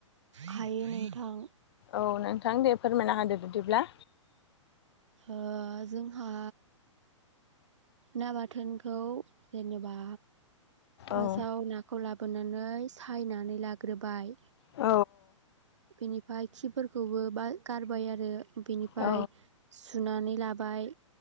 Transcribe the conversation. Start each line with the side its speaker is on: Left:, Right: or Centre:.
Right: हायो नोंथां
Left: औ नोंथां दे फोरमायना होदो बिदिब्ला
Right: ओ जोंहा ना बाथोन खौ जेनेबा फार्साव
Left: औ।
Right: नाखौ ला बोनानै सायनानै लाग्रोबाय
Left: औ
Right: बेनिफ्राय खिफोरखौबो बा गारबाय आरो बेनिफ्राय
Left: औ
Right: सुनानै लाबाय